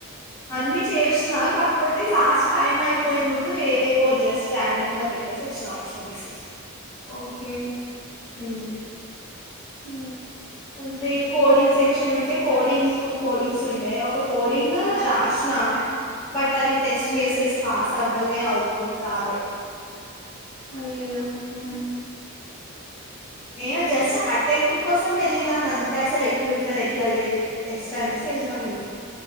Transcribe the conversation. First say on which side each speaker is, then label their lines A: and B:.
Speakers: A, on the left; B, on the left.
A: అన్ని చేసిన కాకపోతే లాస్ట్ టైం అయిపోయే ముందు ఎవేవొజస్ ర్యాండమ్ గా పెట్టేసి వచ్చిన ఆప్షన్స్
B: ఓకే
A: హమ్
B: ఉ
A: అంటే కోడింగ్ సెక్షన్ ఉంటే కోడింగ్ టూ కోడింగ్స్ ఉండే ఒక కోడింగ్ రాసినా బట్ అవి టెస్ట్
B: ఉమ్.
A: కేసెస్ పాస్ అవలె అవుట్పుట్ రాలే
B: అయయో హమ్
A: ఏ జస్ట్ అటెంట్‌కోసం వెళ్ళినాం అంతే అసలు ఎట్లుంటదిఎట్లా లేదు టెస్ట్ అనేసి వెళ్ళినాం మేము